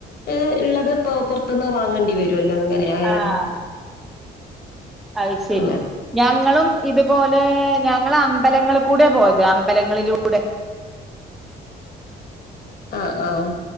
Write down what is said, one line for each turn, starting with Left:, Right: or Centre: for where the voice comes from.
Left: ഏഹ് ഉള്ളത് ഇപ്പം പുറത്തുനിന്ന് വാങ്ങേണ്ടി വരോല്ലോ അങ്ങനെ ആയാലും
Centre: ആഹ് അത്ശരി
Left: അങ്ങനെ
Centre: ഞങ്ങളും ഇതുപോലെ ഞങ്ങള് അമ്പലങ്ങൾ കൂടെ പോയത് അമ്പലങ്ങളിലൂടെ
Left: ആഹ് ആഹ്